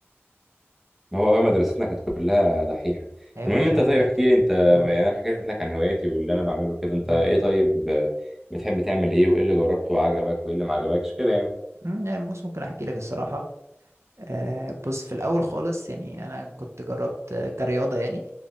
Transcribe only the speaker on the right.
ايوه
كان ده
حاجه
جامد
قول
امم
أمم، يعني بص ممكن احكي لك الصراحه آه بص في الاول خالص يعني انا كنت جربت آه، كرياضه يعني